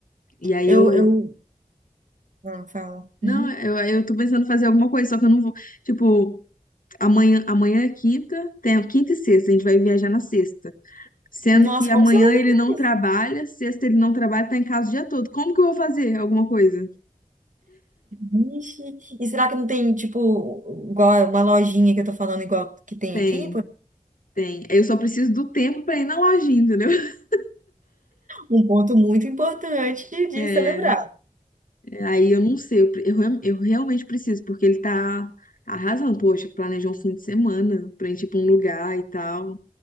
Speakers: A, on the left (about 85°); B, on the right (about 70°).
A: E aí
B: Eu,
A: eu
B: eu, ah, fala.
A: Não,
B: Uhum.
A: eu, eu tô pensando em fazer alguma coisa, só que eu não vou. Tipo, amanhã, amanhã é quinta, tem quinta e sexta, a gente vai viajar na sexta. Sendo
B: Nossa,
A: que amanhã
B: como você vai fazer
A: ele não
B: isso?
A: trabalha, sexta ele não trabalha, tá em casa o dia todo. Como que eu vou fazer alguma coisa?
B: Vixe. E será que não tem, tipo, igual uma lojinha que eu tô falando igual que tem
A: Tem,
B: aqui?
A: tem. Eu só preciso do tempo pra ir na lojinha, entendeu? <laughs>
B: Um ponto muito importante de
A: É,
B: celebrar.
A: aí eu não sei, eu, pre- eu, real- eu realmente preciso, porque ele tá arrasando, poxa, planejou um fim de semana pra gente ir pra um lugar e tal.